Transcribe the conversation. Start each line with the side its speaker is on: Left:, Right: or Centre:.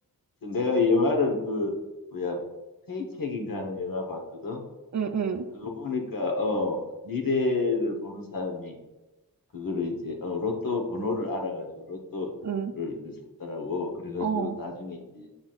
Left: 그 내가 이 영화를 그 뭐야 페이첵인가 하는 영화 봤거든.
Right: 응, 응,
Left: 그거 보니까 어 미래를 보는 사람이 그거를 이제 어, 로또 번호를 알아가지고 로또를
Right: 응,
Left: 그 샀다라고 그래가지고
Right: 어,
Left: 나중에 이제